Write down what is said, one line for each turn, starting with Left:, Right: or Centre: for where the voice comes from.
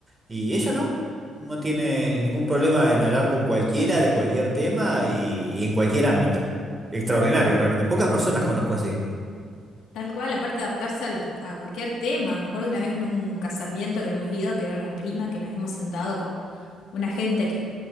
Right: Y ella no, no tiene ningún problema en hablar con cualquiera de cualquier tema y, y en cualquier ámbito. Extraordinario, realmente. Pocas personas conozco así.
Left: Tal cual, aparte de adaptarse a, los, a cualquier tema. Me acuerdo una vez en un casamiento que hemos ido, que era una prima, que nos hemos sentado con una gente que